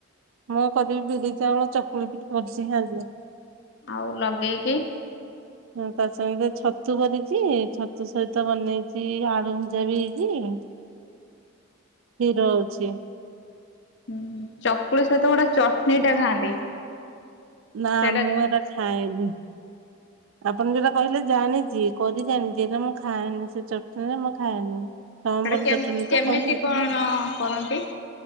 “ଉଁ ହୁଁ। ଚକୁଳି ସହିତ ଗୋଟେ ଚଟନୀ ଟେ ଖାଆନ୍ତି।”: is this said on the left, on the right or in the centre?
Left